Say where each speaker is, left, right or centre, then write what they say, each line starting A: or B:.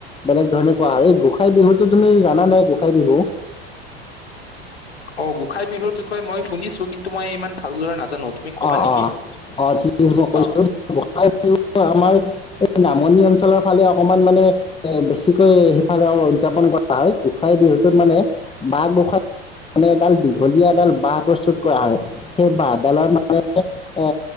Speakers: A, on the left; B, on the left.
A: বেলেগ ধৰণে কোৱা হয় এই গোসাই বিহুতো তুমি জানা নে গোস খাই বিহু।
B: অ গোসাই বিহুৰ বিষয়ে মই শুনিছো কিন্তু মই ইমান ভালদৰে নাজানো তুমি কবা
A: অ,
B: নেকি
A: অ, অ, ঠিক আছে মই কৈছো
B: অ
A: গোঁসাই বিহুটো আমাৰ নামনি অঞ্চলৰ ফালে অকমান মানে এ বেছিকৈ সেইফালে উদযাপন কৰা হয়। গোসাই বিহুটোত মানে বাহ গোঁসাই মানে এডাল দীঘলীয়া এডাল বাঁহ প্ৰস্তুত কৰা হয় সেই বাঁহ। ডালত মানে এ